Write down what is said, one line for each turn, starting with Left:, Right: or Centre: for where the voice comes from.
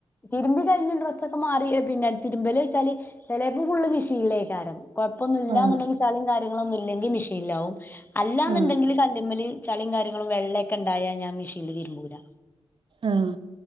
Left: തിരുമ്പി കഴിഞ്ഞ് ഡ്രസ്സൊക്കെ മാറി പിന്നെ അടു തിരുമ്പലയ്ച്ചാല് ചിലേപ്പോ ഫുള്ള് മിഷീനിലേക്കാരം കൊഴ ഒന്നുല്ലാന്ന്ണ്ടെങ്കി
Right: ആഹ്
Left: ചളിം കാര്യങ്ങളൊന്നും ഇല്ലങ്കിൽ മിഷീനിലാവും അല്ലാന്ന്ണ്ടെങ്കിൽ
Right: ആഹ്
Left: കല്ലുമല് ചളിയും കാര്യങ്ങളും വെള്ളയൊക്കെ ഇണ്ടായ ഞാൻ മെഷീനിൽ തിരുമ്പൂലാ
Right: ആഹ്